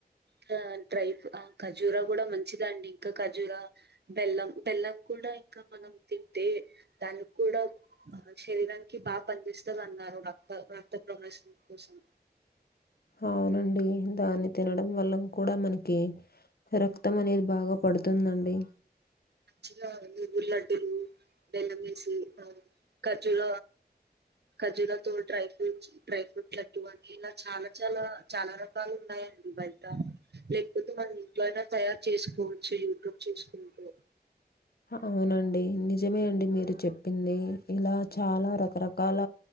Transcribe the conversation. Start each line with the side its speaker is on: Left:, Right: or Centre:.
Right: కా డ్రై ప్ అ ఖజూరా గూడా మంచిదండి ఇంకా ఖజూరా బెల్లం బెల్లం కూడా ఇంకా మనం తింటే దానిక్కూడా మన శరీరానికి బాగా పన్ జెస్తద్ అన్నారు రక్త రక్త ప్రవేశం కోసం
Left: అవునండి దాన్ని తినడం వల్లన్ కూడా మనకి రక్తం అనేది బాగా పడుతుందండి
Right: చిల్లా నువ్వుల్లడ్డులు బెల్లమేసి అ ఖజ్జుల ఖజ్జురతో dry fruit dry fruit laddu అన్ ఈలా చాలా చాలా చాలా రకాల్ ఉన్నాయండి బయట లేకపోతే మనం ఇంట్లో అయినా తయారు చేసుకోవచ్చు యూట్యూబ్ చేసుకుంటూ
Left: అవునండి నిజమే అండి మీరు చెప్పింది ఇలా చాలా రకరకాల